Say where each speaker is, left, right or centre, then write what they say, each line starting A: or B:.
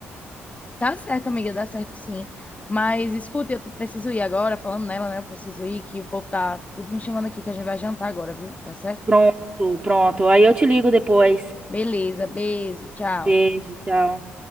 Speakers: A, on the left; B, on the right.
A: Dá certo, amiga, dá certo sim. Mas escuta, eu preciso ir agora, falando nela, né? Eu preciso ir, que o povo tá tudo me chamando aqui, que a gente vai jantar agora, viu? Tá certo?
B: Pronto, pronto. Aí eu te ligo depois.
A: Beleza, beijo, tchau.
B: Beijo, tchau.